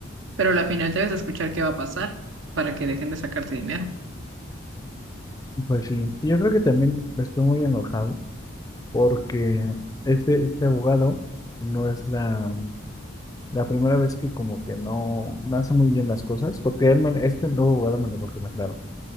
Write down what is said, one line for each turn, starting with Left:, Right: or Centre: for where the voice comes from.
Right: Pero al final debes escuchar qué va a pasar para que dejen de sacarte dinero.
Left: Pues sí, y yo creo que también estoy muy enojado porque este, este abogado no es la, la primera vez que como que no, no hace muy bien las cosas porque él me- este nuevo abogado me lo recomendaron.